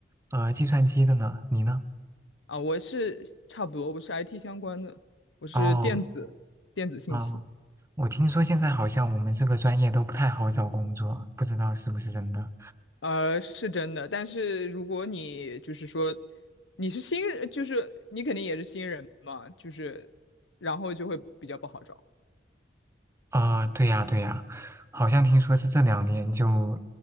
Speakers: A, on the right; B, on the left.
A: 呃，计算机的呢？你呢？
B: 啊、我是差不多，我是 IT 相关的，我是电子电子信息。
A: 哦哦，我听说现在好像我们这个专业都不太好找工作，不知道是不是真的。
B: 呃，是真的，但是如果你就是说你是新人，就是你肯定也是新人嘛，就是然后就会比较不好找。
A: 啊、对呀，对呀，好像听说是这两年就